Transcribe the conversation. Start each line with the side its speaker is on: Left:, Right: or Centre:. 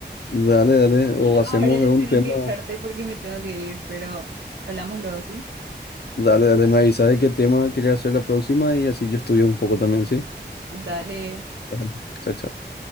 Left: Dale, dale, o
Right: <laughs>
Left: hacemos
Right: Ahora yo
Left: de un
Right: tengo
Left: tema.
Right: que dejarte porque me tengo que ir, pero hablamos luego, ¿sí?
Left: Dale, dale, me avisas de qué tema quería hacer la próxima y así yo estudio un poco también, ¿sí?
Right: Dale.
Left: Dale. Chao, chao.